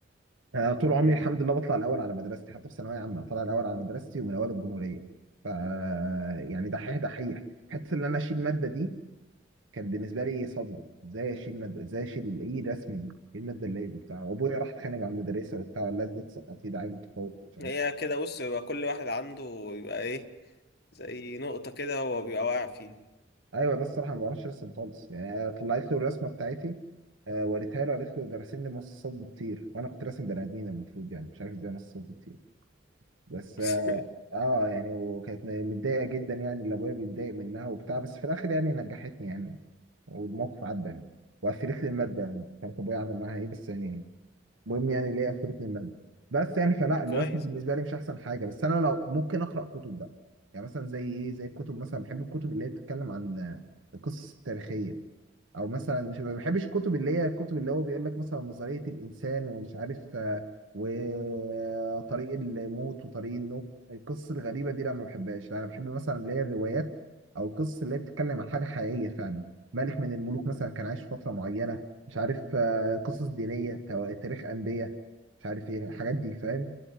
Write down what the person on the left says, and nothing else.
مم.
هي كده بص يبقى كل واحد عنده يبقى ايه زي نقطه كده هو بيبقى واقع فيها
<laughs>
كويس